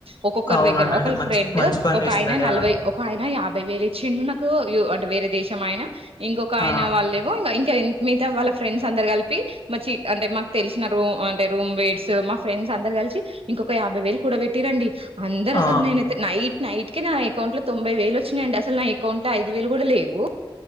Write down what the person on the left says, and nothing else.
అవునండి
అంటే మంచి
మంచి పని
చేసిలండి
ఆ
ఆ
ఆ